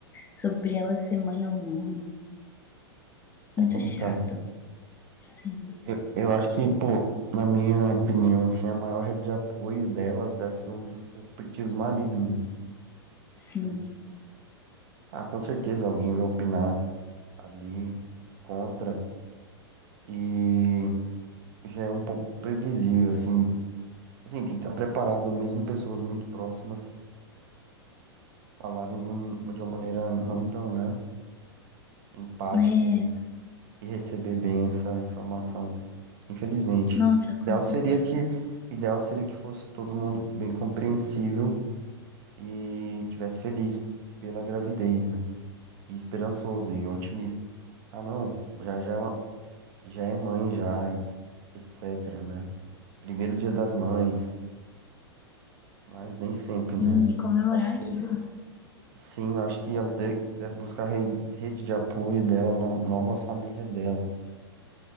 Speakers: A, on the left; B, on the right.
A: sobre ela ser mãe ou não.
B: é
A: Muito
B: complicado.
A: chato. Sim,
B: Eu, eu acho que, pô, na minha opinião, assim, a maior rede de apoio delas deve ser os respectivos maridos, né?
A: sim.
B: Porque, ah, com certeza alguém vai opinar ali contra e já é um pouco previsível, assim, Assim, tem que estar preparado, mesmo pessoas muito próximas falarem de, um, de uma maneira não tão, né, empática
A: É,
B: e, e receber bem essa informação. Infelizmente.
A: nossa,
B: O
A: com
B: ideal
A: certeza.
B: seria que, o ideal seria que fosse todo mundo bem compreensível e tivesse feliz pela gravidez, né? E esperançoso e otimista. Ah, não, já já é uma- já é mãe já, e etc, né? Primeiro dia das mães, mas nem sempre, né?
A: Sim, e comemorar
B: Acho
A: aquilo.
B: que Sim, eu acho que ela deve, deve buscar a re- rede de apoio dela na nova família dela.